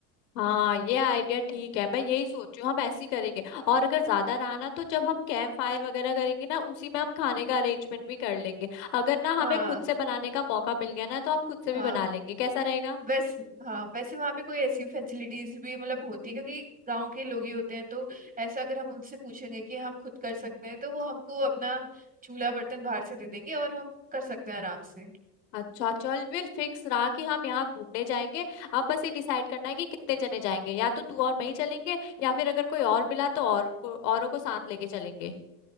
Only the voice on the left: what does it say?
हाँ ये आइडिया ठीक है मैं यही सोचू हम ऐसे ही करेंगे और अगर ज्यादा रहा ना तो जब हम कैंप फायर वगैरह करेंगे ना उसी में हम खाने का अरेंजमेंट भी कर लेंगे अगर ना
हमें खुद से बनाने का मौका मिल गया ना तो हम खुद से
भी बना लेंगे कैसा रहेगा
अच्छा चल फिर फिक्स रहा कि हम यहाँ घूमने जाएंगे अब बस ये डिसाइड करना है कि कितने जने जाएंगे या तो तू और मैं ही चलेंगे या फिर अगर कोई और मिला तो और को, औरों को साथ लेके चलेंगे